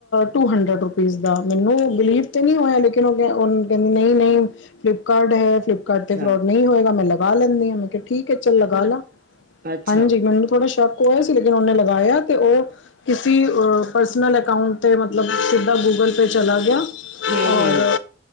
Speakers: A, on the left (about 70°); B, on the right (about 45°).
A: ਟੂ ਹੰਡਰਡ ਰੁਪੀਜ਼ ਦਾ ਮੈਨੂੰ ਬਿਲੀਵ ਤੇ ਨਹੀਂ ਹੋਇਆ ਕਹਿੰਦੀ ਨਹੀਂ ਨਹੀਂ ਫਲਿੱਪਕਾਰਟ ਹੈ ਫਲਿਪਕਾਰਟ
B: ਅੱਛਾ
A: ਤੇ ਫਰੋਡ ਨਹੀਂ ਹੋਏਗਾ ਮੈਨ ਲੱ ਲਗਾ ਲੈਂਦੇ ਆਾਂ ਮੈਂ ਕਿਹਾ ਠੀਕ ਹੈ ਚੱਲ ਲਗਾ ਲਾ
B: ਅੱਛਾ
A: ਹਾਂਜੀ ਮੈਨੂੰ ਥੋੜਾ ਸ਼ੱਕ ਕੋਈ ਸੀ ਲੇਕਿਨ ਉਹਨੇ ਲਗਾਇਆ ਤੇ ਉਹ ਕਿਸੇ ਪਰਸਨਲ ਅਕਾਊਂਟ 'ਤੇ ਮਤਲਬ ਸਿੱਧਾ ਗੂਗਲ ਪੇਅ ਚਲਾ ਗਿਆ।
B: ਹਮ
A: ਔਰ
B: ਹਮ।